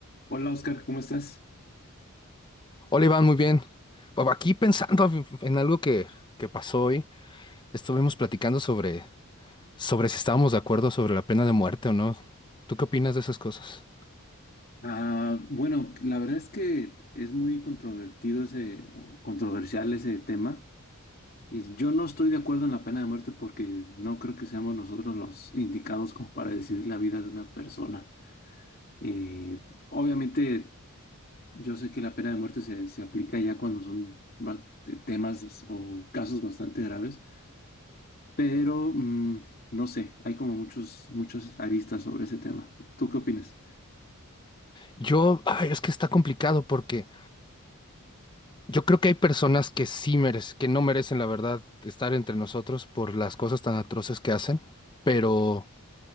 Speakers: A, on the left (about 45°); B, on the left (about 20°).
A: Hola Oscar, ¿cómo estás?
B: Hola Iván, muy bien. Bueno, Aquí pensando en algo que, que pasó hoy, estuvimos platicando sobre, sobre si estábamos de acuerdo sobre la pena de muerte o no. ¿Tú qué opinas de esas cosas?
A: Ah, bueno, la verdad es que es muy controvertido ese, o controversial ese tema. Y yo no estoy de acuerdo en la pena de muerte porque no creo que seamos nosotros los indicados como para decidir la vida de una persona. Eh, obviamente, yo sé que la pena de muerte se, se aplica ya cuando son ba- temas o casos bastante graves, pero mm, no sé, hay como muchos, muchas aristas sobre ese tema. ¿Tú qué opinas?
B: Yo, ay, es que está complicado porque yo creo que hay personas que sí merecen, que no merecen la verdad estar entre nosotros por las cosas tan atroces que hacen, pero